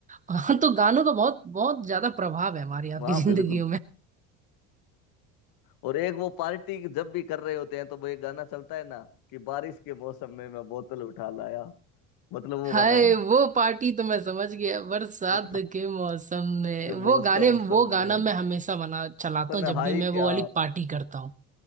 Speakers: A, on the right; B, on the left.
A: हाँ तो गानों का बहुत बहुत ज्यादा प्रभाव है हमारी आपकी
B: हाँ
A: जिंदगी
B: बिल्कुल और एक वो पार्टी जब भी कर रहे होते हैं तो वो एक गाना चलता है ना कि बारिश के मौसम में मैं बोतल उठा लाया मतलब वो
A: हाय
B: गाना
A: वो पार्टी तो मैं समझ गया बरसात
B: बोतल
A: के मौसम में
B: के मौसम
A: वो गाने
B: मौसम
A: वो गाना
B: में
A: मैं हमेशा बना चलाता
B: तन्हाई
A: हूँ जब भी मैं वो
B: क्या
A: वाली पार्टी करता हूँ